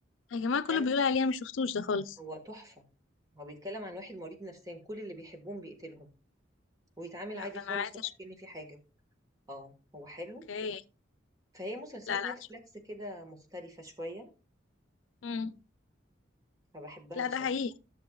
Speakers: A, on the left; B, on the right.
A: يا جماعة
B: كان
A: كله بيقول عليه أنا مش شفتوش ده خالص
B: هو تحفه هو بيتكلم عن واحد مريض نفسيا كل اللي بيحبهم بيقتلهم ويتعامل
A: لا
B: عادي
A: ده
B: خالص
A: انا عايزة
B: ولا
A: اشوف
B: كأن في حاجه اه هو حلو
A: اوكي
B: فهي مسلسلات
A: لا لا
B: نتفليكس
A: اشوف
B: كده مختلفه شويه
A: مم.
B: فبحبها
A: لا
B: بصراحه
A: ده حقيقي